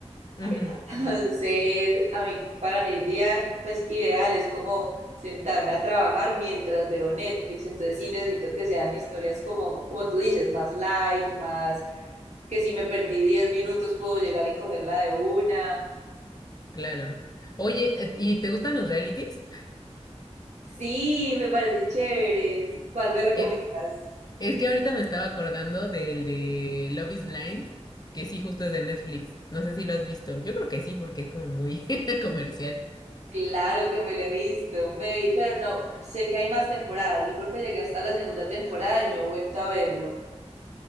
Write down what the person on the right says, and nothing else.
<laughs> Entonces, a mí, para mí el día pues ideal es como sentarme a trabajar mientras veo Netflix. Entonces sí necesito que sean historias como, como tú dices, más light, más que si me perdí 10 minutos puedo llegar y cogerla de una.
Sí, me parecen chéveres. ¿Cuál me recomiendas?
Claro que me lo he visto, me vi, pero no, sé que hay más temporadas. Yo creo que llegué hasta la segunda temporada y no he vuelto a verlo.